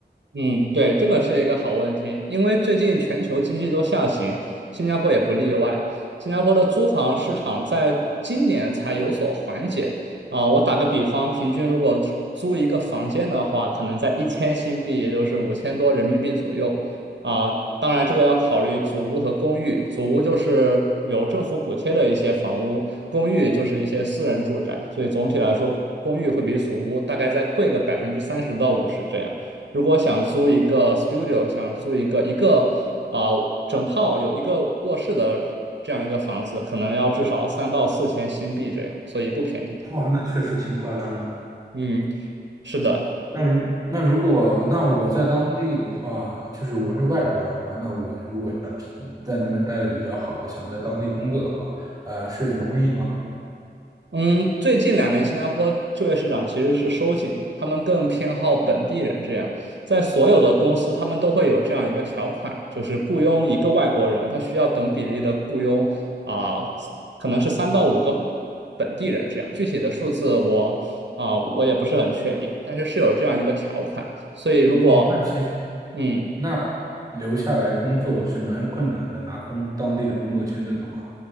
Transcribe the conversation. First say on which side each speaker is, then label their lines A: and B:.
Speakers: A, on the right; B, on the right.
A: 嗯，对，这个是一个好问题，因为最近全球经济都下行，新加坡也不例外。新加坡的租房市场在今年才有所缓解啊，我打个比方，平均如果租一个房间的话，可能在一千新币，也就是五千多人民币左右啊。当然，这个要考虑祖屋和公寓。祖屋就是有政府补贴的一些房屋，公寓就是一些私人住宅，所以总体来说，公寓会比祖屋大概再贵个百分之三十到五十这样。如果想租一个 studio，想租一个一个啊、呃整套有一个卧室的这样一个房子，可能要至少三到四千新币这样，所以不便宜的。
B: 哇，那确实挺夸张的。
A: 嗯，是的。
B: 那如那如果那我在当地的话，就是我是外国人嘛，那我如果想在那边待的比较好了，想在当地工作的话，呃，是容易吗？
A: 嗯，最近两年新加坡就业市场其实是收紧，他们更偏好本地人这样，在所有的公司他们都会有这样一个条款，就是雇佣一个外国人，他需要等比例的雇佣啊、可能是三到五个本地人这样，具体的数字我啊、我也不是很确定，但是是有这样一个条款，所以如果
B: 哦，那其实
A: 嗯。
B: 那留下来工作是蛮困难的，拿工当地的工作签证的话，